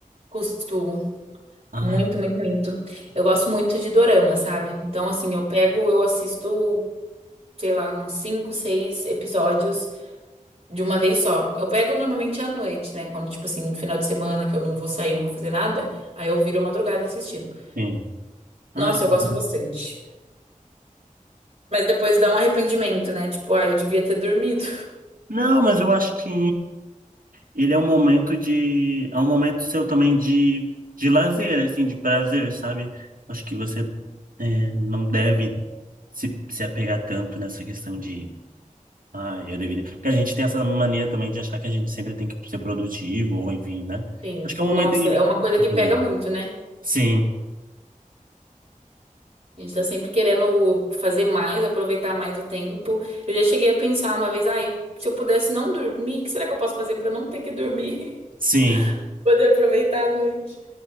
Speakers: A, on the right; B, on the right.
A: Costumo.
B: Ai,
A: Muito, muito, muito. Eu gosto muito de dorama, sabe? Então, assim, eu pego, eu assisto, sei lá, uns cinco, seis episódios De uma vez só. Eu pego normalmente à noite, né? Quando, tipo assim, no final de semana que eu não vou sair, não vou fazer nada, aí eu viro a madrugada assistindo.
B: sim. Ai,
A: Nossa,
B: que
A: eu gosto
B: bom.
A: bastante. Mas depois dá um arrependimento, né? Tipo, ah, eu devia ter dormido.
B: Não, mas eu acho que ele é um momento de, é um momento seu também de, de lazer, assim, de prazer, sabe? Acho que você é, não deve se, se apegar tanto nessa questão de, ah, eu deveria. Porque a gente tem essa mania também de achar que a gente sempre tem que ser produtivo, ou enfim, né?
A: <laughs> Sim.
B: Acho que é
A: Nossa,
B: um momento de
A: é uma coisa que pega
B: também.
A: muito, né?
B: Sim,
A: A gente tá sempre querendo fazer mais, aproveitar mais o tempo. Eu já cheguei a pensar uma vez, ai, se eu pudesse não dormir, o que será que eu posso fazer pra não ter que dormir?
B: sim.
A: <laughs> Poder aproveitar a noite.